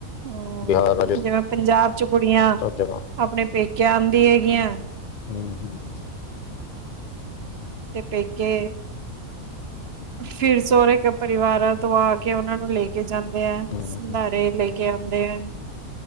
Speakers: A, on the right; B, on the left.
A: ਹਮ,
B: ਬਿਹਾਰ ਰਾਜਸਥਾਨ
A: ਜਿਵੇਂ ਪੰਜਾਬ ਚ ਕੁੜੀਆਂ
B: ਸਭ ਜਗ੍ਹਾ
A: ਆਪਣੇ ਪੇਕੇ ਆਂਦੀ ਹੈਗੀਆਂ।
B: ਹਮ, ਹਮ
A: ਤੇ ਪੇਕੇ ਫਿਰ ਸੋਹੁਰ ਪਰਿਵਾਰਾਂ ਤੋਂ ਆ ਕੇ ਉਹਨਾ ਨੂੰ ਲੈ ਕੇ ਜਾਂਦੇ।
B: ਹੂੰ
A: ਸੰਧਾਰੇ ਲੈ ਕੇ ਆਉਂਦੇ ਆ।